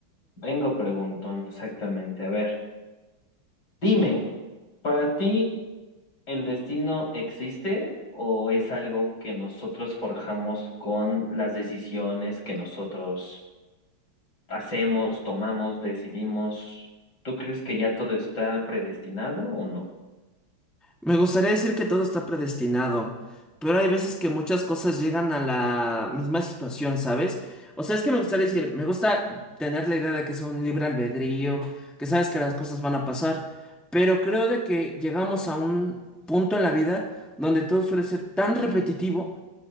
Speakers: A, on the left; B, in the centre.
A: vengo preguntón, exactamente. A ver, dime, ¿para ti el destino existe o es algo que nosotros forjamos con las decisiones que nosotros hacemos, tomamos, decidimos. ¿Tú crees que ya todo está predestinado o no?
B: Me gustaría decir que todo está predestinado, pero hay veces que muchas cosas llegan a la misma situación, ¿sabes? O sea, es que me gustaría decir, me gusta tener la idea de que es un libre albedrío, que sabes que las cosas van a pasar, pero creo de que llegamos a un punto en la vida donde todo suele ser tan repetitivo